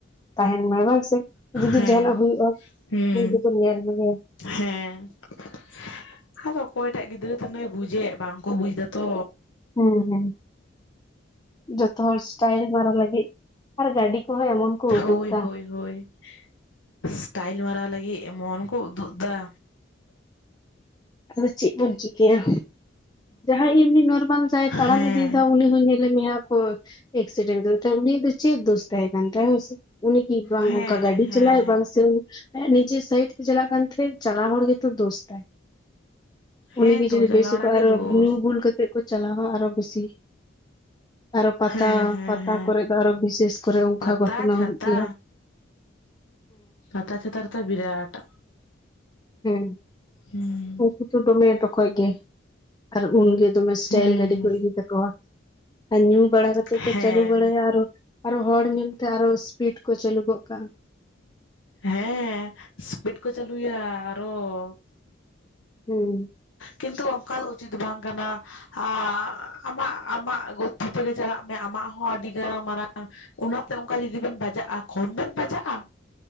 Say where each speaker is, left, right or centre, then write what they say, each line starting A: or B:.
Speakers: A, on the left; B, on the left.
A: ᱛᱟᱦᱮᱱ ᱢᱟᱭ ᱵᱟᱝᱥᱮ ᱡᱩᱫᱤ
B: ᱦᱮᱸ
A: ᱡᱟᱦᱟᱱᱟᱜ ᱦᱩᱭᱩᱜᱼᱟ
B: ᱦᱩᱸ
A: ᱩᱱᱤ ᱫᱚᱠᱚ ᱧᱮᱞ ᱢᱮᱭᱟ ᱾
B: ᱦᱮᱸ ᱾ ᱟᱫᱚ ᱚᱠᱚᱭᱴᱟᱜ ᱜᱤᱫᱽᱨᱟᱹ ᱛᱟᱢᱮ ᱵᱩᱡᱮᱫ ᱵᱟᱝᱠᱚ ᱵᱩᱡ ᱮᱫᱟᱛᱚ,
A: ᱦᱮᱸ ᱦᱮᱸ ᱡᱚᱛᱚᱦᱚᱲ ᱥᱴᱟᱭᱤᱞ ᱢᱟᱨᱟᱣ ᱞᱟᱹᱜᱤᱫ, ᱟᱨ ᱜᱟᱹᱰᱤ ᱠᱚᱦᱚᱸ ᱮᱢᱚᱱ ᱠᱚ
B: ᱦᱳᱭ
A: ᱩᱰᱩᱠ ᱫᱟ
B: ᱦᱳᱭ
A: ᱾
B: ᱦᱳᱭ ᱥᱴᱟᱭᱤᱞ ᱢᱟᱨᱟᱣ ᱞᱟᱹᱜᱤᱫ ᱮᱢᱚᱱ ᱠᱚ ᱩᱫᱩᱜ ᱮᱫᱟ,
A: ᱟᱫᱚ ᱪᱮᱫ ᱵᱚᱱ ᱪᱤᱠᱟᱹᱭᱟ? ᱡᱟᱦᱟᱸᱭ ᱮᱢᱱᱤ ᱱᱚᱨᱢᱟᱞ ᱡᱟᱭ ᱛᱟᱲᱟᱢ
B: ᱦᱮᱸ
A: ᱤᱫᱤᱭᱮᱫᱟ ᱩᱱᱤ ᱦᱚᱸ ᱧᱮᱞᱮ ᱢᱮᱭᱟ ᱠᱚ, ᱮᱠᱥᱤᱰᱮᱱᱴ ᱫᱚ ᱩᱱᱤ ᱫᱚ ᱪᱮᱫ ᱫᱚᱥ ᱛᱟᱦᱮ ᱠᱟᱱ ᱛᱟᱭᱟ ᱦᱚᱭ ᱥᱮ, ᱩᱱᱤ ᱠᱤ ᱵᱟᱝ
B: ᱦᱮᱸ
A: ᱚᱱᱠᱟ ᱜᱟᱹᱰᱤ
B: ᱦᱮᱸ
A: ᱪᱟᱞᱟᱭᱮᱫ ᱵᱟᱝ ᱥᱮ ᱩᱱᱤ, ᱱᱤᱡᱮ ᱥᱟᱭᱤᱰ ᱛᱮ ᱪᱟᱞᱟ ᱠᱟᱱ ᱛᱮ ᱪᱟᱞᱟᱣ ᱦᱚᱲ ᱜᱮ ᱛᱚ ᱫᱳᱥᱫᱟᱭ
B: ᱦᱮᱸ
A: ᱩᱱᱤ ᱜᱮ
B: ᱛᱚ
A: ᱡᱩᱫᱤ
B: ᱪᱟᱞᱟᱣ
A: ᱵᱮᱥᱠᱚ
B: ᱦᱚᱲᱟᱜ ᱜᱮ
A: ᱟᱨᱚ
B: ᱫᱳᱥ
A: ᱧᱩ ᱵᱷᱩᱞ ᱠᱟᱛᱮ ᱠᱚ ᱪᱟᱞᱟᱣᱟ ᱟᱨᱚ ᱵᱮᱥᱤ, ᱟᱨᱚ ᱯᱟᱛᱟ
B: ᱦᱮᱸ ᱦᱮᱸ
A: ᱯᱟᱛᱟ
B: ᱦᱮᱸ
A: ᱠᱚᱨᱮ ᱫᱚ ᱟᱨᱚ ᱵᱤᱥᱮᱥ ᱠᱚᱨᱮ ᱚᱱᱠᱟ
B: ᱯᱟᱛᱟ
A: ᱜᱷᱚᱴᱚᱱᱟ
B: ᱪᱷᱟᱛᱟ
A: ᱦᱩᱭᱩᱜ ᱜᱮᱭᱟ ᱾
B: ᱟᱨᱯᱟᱛᱟᱪᱟᱸᱛᱟ ᱨᱮᱫᱚ ᱵᱤᱨᱟᱴᱟ,
A: ᱦᱮᱸ᱾
B: ᱦᱮᱸ ᱾
A: ᱩᱱᱠᱩ ᱫᱚᱢᱮ ᱛᱚᱠᱚᱭ ᱜᱮ, ᱟᱨ ᱩᱱᱜᱮ ᱫᱚᱢᱮ ᱥᱴᱟᱭᱤᱞ
B: ᱦᱮᱸ
A: ᱜᱟᱹᱰᱤ
B: ᱦᱮᱸ
A: ᱠᱚ ᱤᱫᱤ ᱠᱟᱛᱮ ᱠᱚᱦᱟᱸ ᱟᱨ ᱧᱩ ᱵᱟᱲᱟ ᱠᱟᱛᱮ
B: ᱦᱮᱸ
A: ᱠᱚ ᱪᱟᱹᱞᱩ ᱵᱟᱲᱟᱭᱟ ᱾ ᱟᱨᱚ ᱟᱨᱚ ᱦᱚᱲ ᱧᱮᱞᱛᱮ, ᱟᱨᱚ ᱤᱥᱯᱤᱰ ᱠᱚ ᱪᱟᱹᱞᱩ ᱜᱚᱜ ᱠᱟᱜᱼᱟ ᱾
B: ᱦᱮᱸᱻ ᱤᱥᱯᱤᱰ ᱠᱚ ᱪᱟᱹᱞᱩᱭᱟ ᱟᱨᱚ ᱾
A: ᱦᱩᱸᱻ,
B: ᱠᱤᱱᱛᱩ, ᱚᱱᱠᱟ ᱫᱚ ᱩᱪᱤᱛ ᱵᱟᱝ ᱠᱟᱱᱟ? ᱦᱼᱟᱸᱻ ᱟᱢᱟᱜ, ᱟᱢᱟᱜ ᱜᱚᱛᱤ ᱛᱮᱜᱮ ᱪᱟᱞᱟᱜ ᱢᱮ, ᱟᱢᱟᱜ ᱦᱚᱸ ᱟᱹᱰᱤᱜᱟᱝ ᱢᱟᱨᱟᱝ ᱚᱱᱟᱛᱮ ᱚᱱᱠᱟ ᱡᱩᱫᱤ ᱵᱮᱱ ᱵᱟᱡᱟᱜᱼᱟ, ᱠᱚᱢ ᱵᱮᱱ ᱵᱟᱡᱟᱜᱼᱟ ᱾